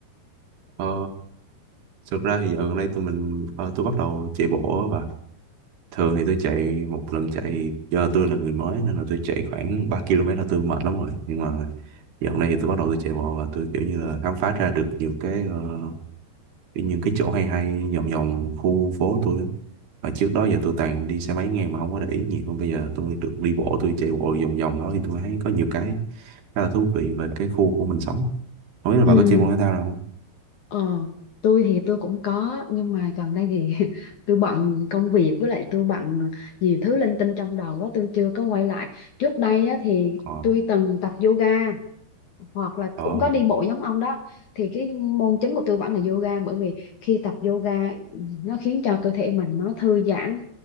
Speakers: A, on the right; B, on the left.
A: Ờ, thực ra thì dạo gần đây tụi mình ờ, tôi bắt đầu chạy bộ và thường thì tôi chạy một lần chạy do tôi là người mới nên là tôi chạy khoảng 3 km là tôi mệt lắm rồi nhưng mà dạo gần đây thì tôi bắt đầu tôi chạy bộ và tôi kiểu như là khám phá ra được nhiều cái ờ, kiểu những cái chỗ hay hay vòng vòng khu phố tôi á và trước đó giờ tôi toàn đi xe máy ngang mà không có để ý nhiều còn bây giờ tôi được đi bộ tôi chạy bộ vòng vòng đó thì tôi thấy có nhiều cái khá là thú vị về cái khu của mình sống không biết là
B: ừ
A: bà có chơi môn thể thao nào không
B: Ờ, tôi thì tôi cũng có nhưng mà gần đây thì <laughs> tôi bận công việc với lại tôi bận nhiều thứ linh tinh trong đầu quá tôi chưa có quay lại. Trước đây á, thì
A: ờ
B: tôi từng tập yoga hoặc là
A: ờ
B: cũng có đi bộ giống ông đó thì cái môn chính của tôi vẫn là yoga bởi vì khi tập yoga nó khiến cho cơ thể mình nó thư giãn